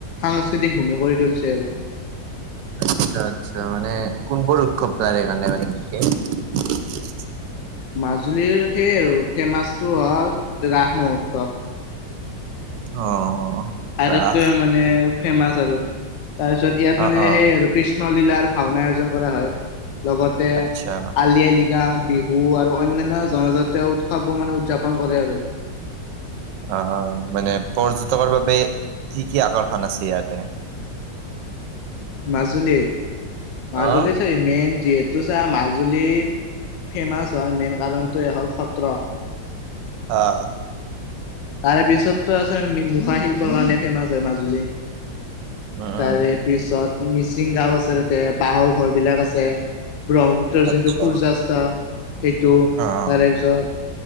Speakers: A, on the left (about 80°); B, on the right (about 80°).
A: সাংস্কৃতিক ঘূমি কৰি তুলছে আৰু
B: আচ্ছা আচ্ছা মানে কোনবোৰ উৎসৱ তাৰ এইকানে মানে
A: মাজুলীৰ সেই আৰু ফেমাচটো হ'ল ৰাস মহোৎসৱ।
B: অ
A: আটাইতকৈ
B: ৰাস
A: মানে ফেমাচ আৰু তাৰ পিছত ইয়াত
B: অ
A: মানে
B: অ
A: সেই আৰু কৃষ্ণলীলাৰ ভাওনা আয়োজন কৰা হয় লগতে
B: আচ্ছা
A: আলি আই লৃগাং বিহু আৰু অন্যান্য জনজাতীয় উৎসবৱোৰ মানে উদযাপন কৰে আৰু
B: আহ মানে পৰ্যটকৰ বাবে কি কি আকৰ্ষণ আছে ইয়াতে
A: মাজুলীত
B: অ
A: মাজুলীত চ মেইন যিহেতু চা মাজুলীৰ ফেমাছ হোৱাৰ মেইন কাৰণটোৱে হ'ল সত্ৰ।
B: অ
A: তাৰে পিছতো আছে মুখা শিল্পৰ কাৰণে ফেমাচ হয় মাজুলী।
B: উম উম
A: তাৰে পিছত মিচিং গাও আছে ততে বাঁহৰ ঘৰ বিলাক আছে। ব্ৰহ্মপুত্ৰৰ
B: আচ্ছা
A: যোনটো সূৰ্যয়াস্ত সেইটো
B: অ অ
A: তাৰে পিছত